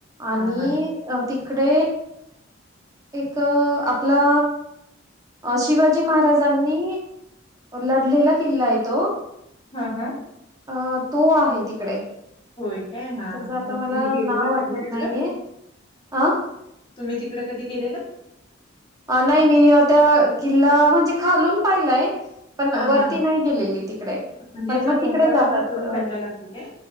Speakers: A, on the left; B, on the right.
A: हा
B: आणि
A: हा
B: अ तिकडे तिकडे एक आपला अ शिवाजी महाराजांनी लढलेला किल्ला आहे तो.
A: ह. हा
B: अ तो आहे तिकडे.
A: होय काय हा
B: त्याचं
A: -हा
B: आता
A: मग
B: मला
A: तुम्ही गेलेला
B: नाव आठवत
A: कधी <inaudible> तिकडं?
B: नाहीये. अ
A: तुम्ही तिकडं कधी गेलेला.
B: नाही मी ते किल्ला म्हणजे खालून पाहिलाय. पण
A: हा
B: वरती
A: हा
B: नाही गेलेले तिकडे
A: म्हणजे
B: पण
A: असं
B: मग
A: डोंगरावरन
B: तिकडे जातात.
A: चढून
B: हा.
A: जायला लागते काय